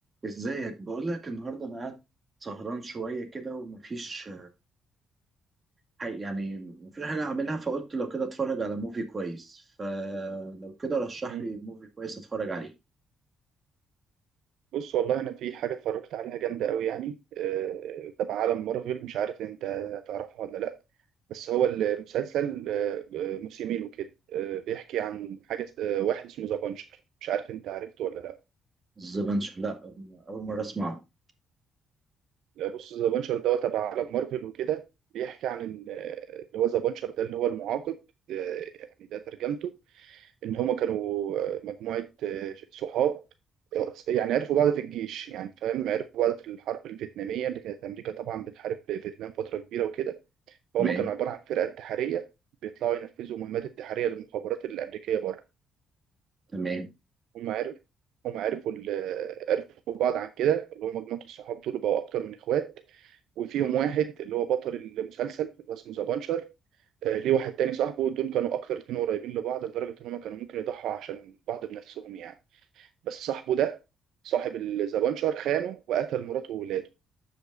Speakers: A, on the right (about 30°); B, on the right (about 80°).
A: ازيك بقول لك النهارده انا قاعد سهران شويه كده ومفيش حاجة يعني مفيش حاجه اعملها فقلت لو كده اتفرج على موفي كويس فلو كده رشح
B: مم.
A: لي موفي كويس اتفرج عليه
B: بص والله انا في حاجه اتفرجت عليها جامده قوي يعني آه، تبع عالم مارفل مش عارف انت تعرفها ولا لا بس هو المسلسل آه، آه، موسمين وكده آه، بيحكي عن حاجه آه، واحد اسمه ذا بانشر مش عارف انت عرفته ولا لا
A: الزبنش لا اول مره اسمعه
B: لا، بص ذا بانشر ده تبع عالم مارفل وكده بيحكي عن إن، آه، اللي هو ذا بانشر ده اللي هو المعاقب آه، يعني ده ترجمته ان هما كانوا آه، مجموعه آه، صحاب يعني عرفوا بعض في الجيش يعني فاهم عرفوا بعض في الحرب الفيتناميه اللي كانت امريكا طبعا بتحارب فيتنام فتره كبيره وكده فهم
A: تمام
B: كانوا عباره عن فرقه انتحاريه بيطلعوا ينفذوا مهمات انتحاريه للمخابرات الامريكيه بره
A: تمام
B: هم عرفوا هم عرفوا ال- عرفوا بعض عن كده اللي هم مجموعه الصحاب دول بقوا اكتر من اخوات وفيهم واحد اللي هو بطل المسلسل اللي هو اسمه ذا بانشر آه، ليه واحد تاني صاحبه دول كانوا اكتر اتنين قريبين لبعض لدرجه ان هم كانوا ممكن يضحوا عشان بعض بنفسهم يعني بس صاحبه ده صاحب الزبانشر خانه وقتل مراته وولاده